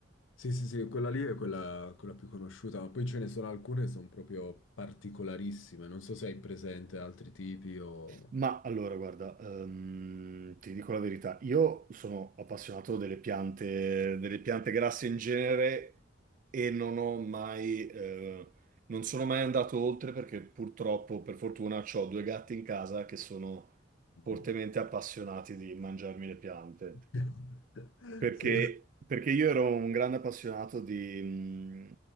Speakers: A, on the left; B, on the right.
A: Sì, sì, sì, quella lì è quella, quella più conosciuta, ma poi ce ne sono alcune che sono proprio particolarissime. Non so se hai presente altri tipi o...
B: Ma allora, guarda, ehm, ti dico la verità, io sono appassionato delle piante, delle piante grasse in genere e non ho mai, eh, non sono mai andato oltre perché purtroppo, per fortuna, ho due gatti in casa che sono
A: Mm.
B: fortemente appassionati di mangiarmi le piante.
A: <laughs>
B: Perché,
A: Sì.
B: perché io ero un grande appassionato di, mm,